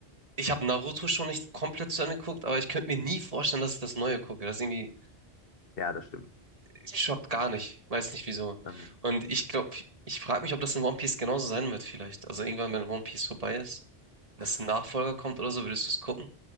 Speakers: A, on the right; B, on the left.
A: ich habe Naruto schon nicht komplett zu Ende geguckt, aber ich könnte mir nie vorstellen, dass ich das Neue gucke. Das irgendwie
B: Ja, das stimmt.
A: es schockt gar nicht, weiß nicht wieso.
B: Ähm,
A: Und ich glaube, ich frage mich, ob das in One Piece genauso sein wird vielleicht. Also irgendwann, wenn One Piece vorbei ist, dass
B: das,
A: ein Nachfolger kommt oder so, würdest du es gucken?